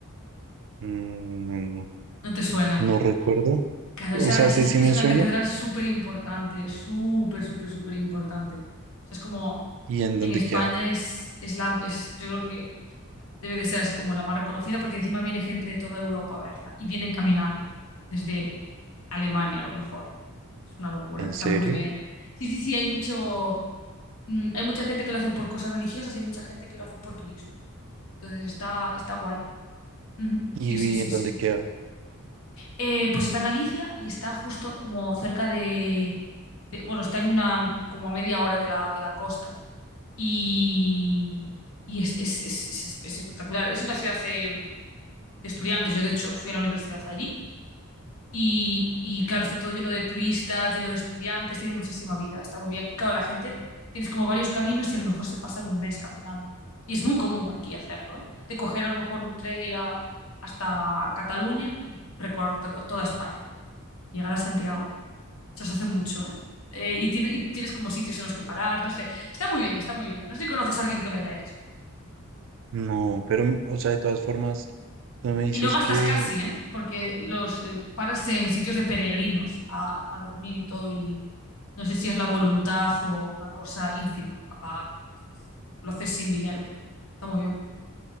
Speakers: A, on the right (about 60°); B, on the left (about 70°).
A: Mm,
B: ¿No te suena?
A: no recuerdo.
B: Claro,
A: O
B: esa,
A: sea,
B: esa
A: sí,
B: sí
A: sí
B: que
A: me
B: es una
A: suena.
B: catedral súper importante, súper, súper, súper importante. O sea, es como
A: ¿Y en dónde
B: en España
A: queda?
B: es, es la, es, yo creo que debe de ser así como la más reconocida, porque encima viene gente de toda Europa a verla y vienen caminando desde Alemania a lo mejor. Es una locura,
A: ¿En
B: está
A: serio?
B: muy bien. Sí, sí, sí, hay mucho, mm, hay mucha gente que lo hace por cosas religiosas, hay mucha gente que lo hace por turismo. Entonces está, está guay. Ujú,
A: Y
B: Sí,
A: vi
B: sí, sí,
A: en
B: sí.
A: dónde queda.
B: Eh, pues está en Galicia y está justo como cerca de, de- bueno, está en una, como a media hora de la, de la costa. Y, y es, es- es- es- es espectacular. Es una ciudad eh, de estudiantes. Yo, de hecho, fui a la universidad allí. Y, y, claro, está todo lleno de turistas, lleno de estudiantes, tiene muchísima vida, está muy bien. Y claro, la gente, tienes como varios caminos y a lo mejor se pasan un mes caminando. Y es muy común aquí hacerlo, ¿eh? De coger a lo mejor un tren, ir a- hasta Cataluña y recorrer todo- toda España y llegar a Santiago. Eso se hace mucho, ¿eh? Eh, y, tiene- y tienes como sitios en los que parar, no sé. Está muy bien, está muy bien. No sé si conoces a alguien que lo haya hecho.
A: No, pero, m- o sea, de todas formas, no me dices
B: Y no gastas
A: que.
B: casi, ¿eh? Porque los eh, paras en sitios de peregrinos a, a dormir y todo. Y no sé si es la voluntad o una cosa ínfima a pagar. Es- es- lo haces sin dinero. Está muy bien.